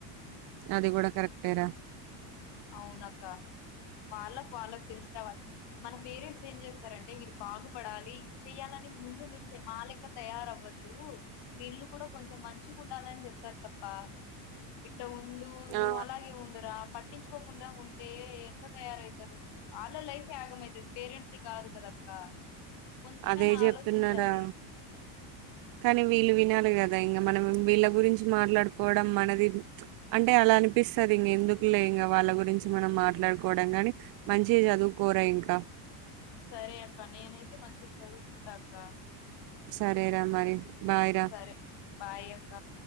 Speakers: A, on the right (about 45°); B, on the left (about 55°).
A: అది కూడాడా కరెక్టేరా
B: అవున అక్క వాళ్లకు వాళ్లు తెలిసి రావాలి, మానా పేరెంట్స్ ఏం చేస్తారంటే వీళ్ళు బాగుపడాలి చెయ్యాలని ముందు నుంచి మా లేక్క తయారవ్వద్దు. వీళ్ళు కూడా కొంచెం మంచిగా ఉండాలని చెప్తారు తప్ప ఈప్ ఉండు నువ్వు
A: ఆ
B: అలాగే ఉండరా పట్టించూ కోకుండా ఉంటే ఎంత తయారవుతారు వాళ్ళ లైఫ్ ఆగంమైతుది పేరెంట్స్ కాదు కదా అక్క. కొంచెమైనా
A: అదే చెప్తున్నారా
B: ఆలోచించాలి
A: కానీ వీళ్లు వినాలి కదా ఇంగా మనం వీళ్ళ గురించి మాట్లాడుకోవడం మనది, అంటే అలా అనిపిస్తుంది ఇంగా ఎందుకులే ఇంగా వాళ్ళ గురించి మనం మాట్లాడుకోవడం గాని మంచి చదువుకోరా ఇంకా.
B: సరే అక్క నేనై మంచిగా చదువుకుంటా ఇంగ
A: సరే రా మరి బాయ్
B: సరే బాయ అక్క